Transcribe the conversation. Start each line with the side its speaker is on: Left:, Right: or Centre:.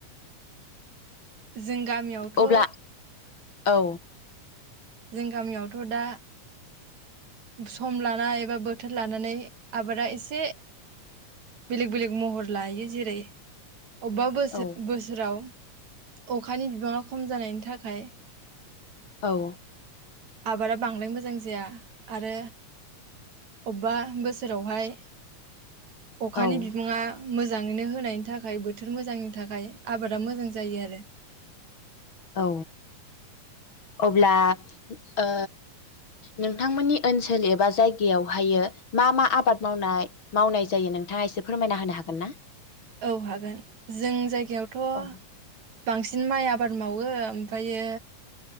Right: जों गामियावथ'
Left: अब्ला औ
Right: जों गामियावथ' दा सम लाना एबा बोथोर लानानै आबादा एसे बेलेग - बेलेग महर लायो जेरै - अबेबा बोसोर
Left: औ
Right: -बोसोराव अखानि बिबाङा खम जानायनि थाखाय
Left: औ
Right: आबादा बांद्राय मोजां जाया आरो अबेबा बोसोरावहाय अखानि
Left: औ
Right: बिबाङा मोजाङैनो होनायनि थाखाय बोथोर मोजांनि थाखाय आबादा मोजां जायो आरो
Left: औ अब्ला ओ नोंथांमोननि ओनसोल एबा जायगायावहायो मा मा आबाद मावनाय मावनाय जायो नोंथाङा एसे फोरमायना होनो हागोन ना?
Right: औ हागोन जों जायगायावथ'बांसिन
Left: औ
Right: माइ आ आबाद मावो ओमफायो